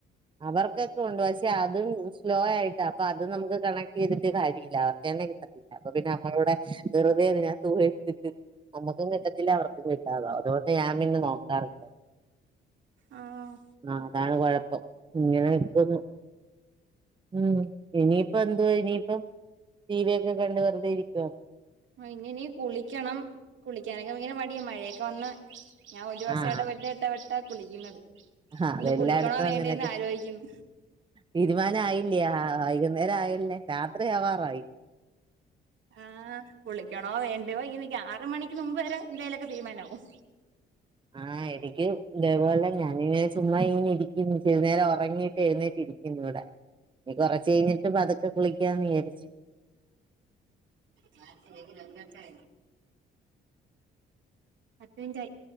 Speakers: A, on the right; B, on the right.
A: അവർക്കൊക്കെ ഉണ്ട് പക്ഷെ അതും സ്ലോ ആയിട്ടാ അപ്പൊ അതും നമുക്ക് കണക്ട് ചെയ്തിട്ട് കാര്യല്ല അവർക്ക് തന്നെ കിട്ടത്തില്ല. അപ്പൊ പിന്നെ നമ്മളവിടെ വെറുതെ എതിനാ തൂ എടുത്തിട്ട് നമ്മക്കും കിട്ടത്തില്ല അവർക്കും കിട്ടാതാവും അതുകൊണ്ട് ഞാൻ പിന്നെ നോക്കാറില്ല.
B: ആഹ്
A: ആഹ് അതാണ് കൊഴപ്പം ഇങ്ങനെക്കൊന്നു ഉമ് ഇനിയിപ്പ എന്തുവാ ഇനിയിപ്പം ടി വി ഒക്കെ കണ്ട് വെറുതെ ഇരിക്കു
B: വൈങ്ങനീ കുളിക്കണം കുളിക്കാനൊക്കെ ഭയങ്കര മടിയാ മഴയൊക്കെ വന്ന ഞാൻ ഒരു ദിവസം
A: ആഹ്
B: എടവിട്ട് എടവിട്ടാ കുളിക്കുന്നത്
A: ആഹ് അതെല്ലായിടത്തും
B: ഇന്ന് കുളിക്കണോ വേണ്ടേന്ന്
A: അങ്ങനെയൊക്കെ
B: ആലോയിക്ക്ന്ന്.
A: തീരുമാനം ആയില്ലേ ആഹാ വൈകുന്നേരം ആയല്ലേ രാത്രി ആവാറായി.
B: ആഹ് കുളിക്കണോ വേണ്ടോ ഇങ്ങനിക്ക ആറ് മണിക്ക് മുമ്പ് വരെ എന്തേലൊക്കെ തീരുമാനാവും.
A: ആഹ് എടക്ക് ഇതേപോലെ ഞാനിങ്ങനെ ചുമ്മാ ഇങ്ങനെ ഇരി ഉം ഇച്ചിരി നേരം ഒറങ്ങിയിട്ട് എഴുന്നേറ്റ് ഇരിക്കുന്നു ഇവിടെ. ഇനി കുറച്ച് കഴിഞ്ഞിട്ട് പതുക്കെ കുളി ക്ക്യാന്ന് വിചാരിച്
B: ന്നാ ശരി വെക്കട്ടെ? പത്ത് മിൻറ്റായി.